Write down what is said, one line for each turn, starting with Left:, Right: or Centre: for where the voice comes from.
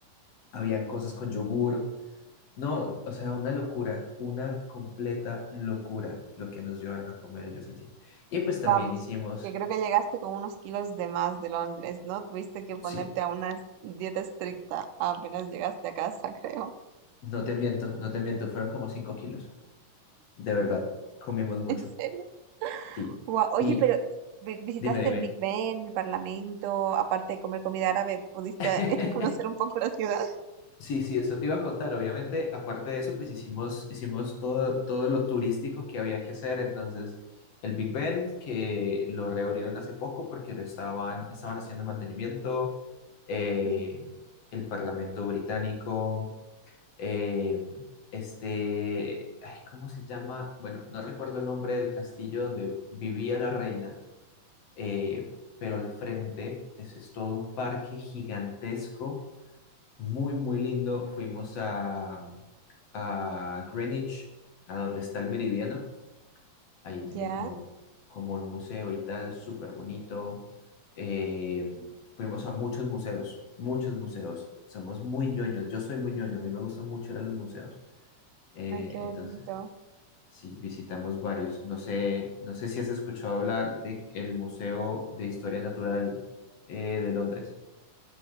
Left: Habían cosas con yogur. No, o sea, una locura, una completa locura lo que nos llevaron a comer ellos allí. Y pues
Right: Vamos,
Left: también hicimos,
Right: que creo que llegaste con unos kilos de más de Londres, ¿no? Tuviste que ponerte
Left: sí,
Right: a una dieta estricta apenas llegaste a casa, creo.
Left: no te miento, no te miento, fueron como 5 kilos. De verdad, comimos mucho,
Right: <laughs> ¿En serio?
Left: sí.
Right: Guau,
Left: Y
Right: Oye, pero vi- visitaste
Left: dime, dime.
Right: el Big Ben, el Parlamento, aparte de comer comida árabe, ¿pudiste
Left: <laughs>
Right: <laughs> conocer un poco la ciudad?
Left: Sí, sí, eso te iba a contar. Obviamente, aparte de eso, pues hicimos, hicimos todo, todo lo turístico que había que hacer. Entonces, el Big Ben, que lo reabrieron hace poco porque lo estaban, estaban haciendo mantenimiento, eh,
Right: Mm,
Left: el Parlamento Británico, eh, este, ay, ¿cómo se llama? Bueno, no recuerdo el nombre del castillo donde vivía la reina, eh, pero al frente es es todo un parque gigantesco muy, muy lindo. Fuimos a, a Greenwich, a donde está el meridiano. Allí tienen
Right: Ya,
Left: como, como un museo y tal, súper bonito. Eh, fuimos a muchos museos, muchos museos. Somos muy ñoños. Yo soy muy ñoño, a mí me gusta mucho ir a los museos. Eh,
Right: ay, qué
Left: entonces,
Right: bonito.
Left: sí, visitamos varios. No sé, no sé si has escuchado hablar de el Museo de Historia Natural eh, de Londres,